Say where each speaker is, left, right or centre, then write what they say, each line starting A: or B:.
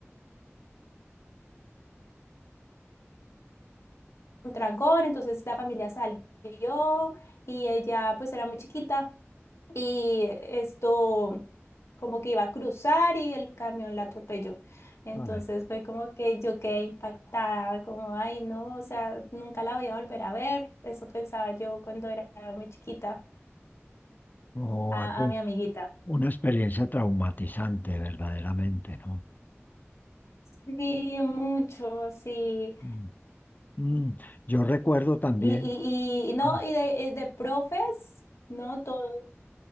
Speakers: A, on the left; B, on the left.
A: un trancón, entonces la familia salió y ella pues era muy chiquita. y esto como que iba a cruzar y el camión la atropelló. Entonces
B: Ay,
A: fue como que yo quedé impactada, como, ay, no, o sea, nunca la voy a volver a ver. Eso pensaba yo cuando era muy chiquita,
B: o
A: a,
B: algo
A: a mi amiguita.
B: Una experiencia traumatizante, verdaderamente, ¿no?
A: Sí, mucho, sí.
B: Mm, mm. Yo recuerdo también,
A: Y, y, y no,
B: ah,
A: y de, eh, de profes, no todo.